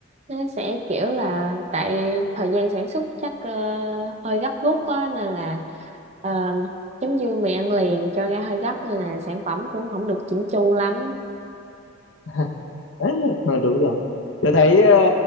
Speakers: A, on the right; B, on the left.
A: nó sẽ kiểu là tại thời gian sản xuất chắc ờ, hơi gấp rút quá nên là ờ, giống như mì ăn liền cho ra hơi gấp nên là sản phẩm cũng không được chỉnh chu lắm
B: <laughs> <laughs> Ờ, đúng rồi tôi thấy ờ,